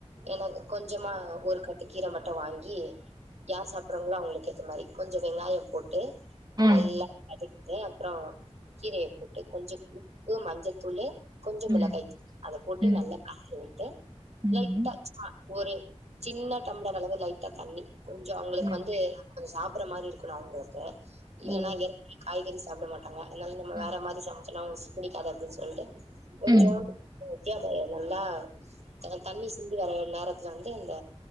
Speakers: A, on the right; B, on the right.
A: எனக் கொஞ்சுமா ஒரு கட்டு கீர மட்டு வாங்கி யார் சாப்றாங்ளோ அவுங்ளுக்கேத்த மாரி கொஞ்ச வெங்காயோ போட்டு
B: ம்
A: நல்லா வதக்குவே அப்றோ கீரய போட்டு கொஞ்சோ உப்பு மஞ்சத்தூளு கொஞ்சோ மிளகாய்த்
B: ம்
A: தூள் அத போட்டு
B: ம்
A: நல்லா தூவிட்டு
B: ம்
A: லைட்டா சும்மா ஒரு சின்ன டம்ளர் அளவு லைட்டா தண்ணி கொஞ்சோ அவுங்களுக்
B: ம்
A: வந்து கொஞ்சோ சாப்பிற மாரி இருக்கணு அவுங்களுக்கு இல்லனா
B: ஓ
A: எர் காய்கறி சாப்ட மாட்டாங்க அதனால நம்ம
B: ம்
A: வேற மாரி சமைச்சோனா அவுங்புடிக்காது அப்டின் சொல்ட்டு கொஞ்சோண்டு
B: ம்
A: ம் கேபெ நல்லா அந்த தண்ணி சிந்தி வர்ற நேரத்ல வந்து இந்த